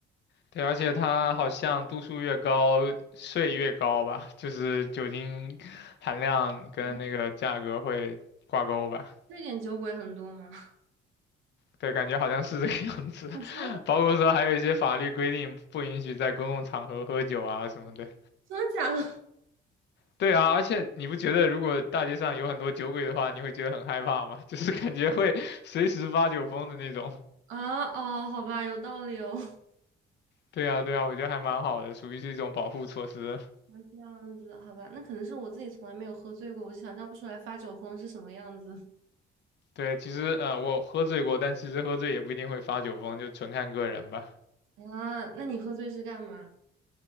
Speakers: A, on the left; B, on the right.
A: 对，而且它好像度数越高，税越高吧，就是酒精含量跟那个价格会挂钩吧。
B: <laughs> 瑞点酒鬼很多吗？<laughs>
A: 对，感觉好像是这个样子。<laughs>
B: 啊，真的
A: 包括说还有一些法律规定不允许在公共场合喝酒啊什么的。
B: 真的假的？<laughs>
A: 对啊，而且你不觉得如果大街上有很多酒鬼的话，你会觉得很害怕吗？<laughs> 就是感觉会随时发酒疯的那种。
B: 啊哦，好吧，有道理哦。<laughs>
A: 对啊，对啊，我觉得还蛮好的，属于是一种保护措施。
B: 那这样子，好吧，那可能是我自己从来没有喝醉过，我就想象不出来发酒疯是什么样子
A: 对，其实呃，我喝醉过，但其实喝醉也不一定会发酒疯，就纯看个人吧。
B: <laughs> 啊。那你喝醉是干嘛？